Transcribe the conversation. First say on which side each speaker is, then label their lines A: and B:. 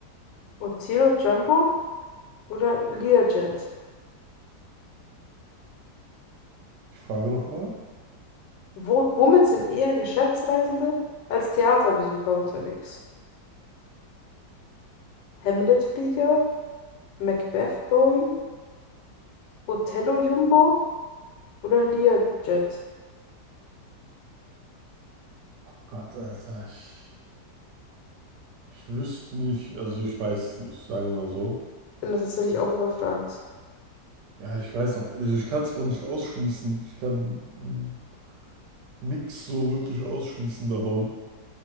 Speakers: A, on the left; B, on the right.
A: Otelo Jumbo oder Learjet?
B: Die Frage nochmal.
A: Wo, womit sind eher Geschäftsreisende als Theaterbesucher unterwegs? Hamlet-Flieger, Macbeth-Boeing, Otello Jumbo oder Learjet?
B: Gott, Alter, ich, ich wüsste nicht, also ich weiß es nicht, sagen wir mal so.
A: Ich bin da tatsächlich auch überfragt.
B: Ja, ich weiß auch, also ich kann es auch nicht ausschließen. Ich kann nichts so wirklich ausschließen davon.